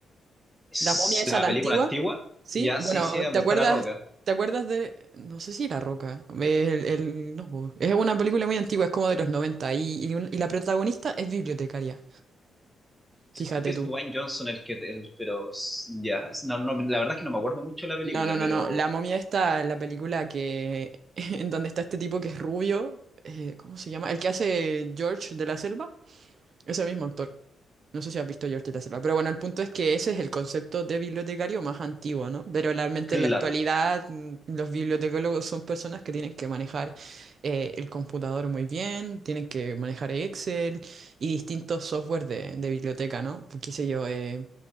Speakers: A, in the centre; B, on the right.
A: Es
B: La momia esa,
A: la
B: la
A: película
B: antigua,
A: antigua,
B: ¿sí?
A: ya
B: Bueno,
A: sí sé dónde
B: ¿te acuerdas,
A: está la roca.
B: te acuerdas de, no sé si La Roca, el, el- no, po. es una película muy antigua, es como de los 90 y, y un- y la protagonista es bibliotecaria,
A: Sí,
B: fíjate
A: Creo que es
B: tú.
A: Dwayne Johnson el que, el- pero s- ya, es- no, no, la verdad es que no me acuerdo mucho de la película,
B: No, no, no,
A: pero
B: no, la momia está en la película que, <laughs> en donde está este tipo que es rubio, eh, ¿cómo se llama? El que hace George de la Selva, ese mismo actor. No sé si has visto George de la Selva, pero bueno, el punto es que ese es el concepto de bibliotecario más antiguo, ¿no? Pero realmente
A: claro.
B: en la actualidad mm, los bibliotecólogos son personas que tienen que manejar eh, el computador muy bien, tienen que manejar Excel y distintos software de, de biblioteca, ¿no? Pues, qué sé yo, eh,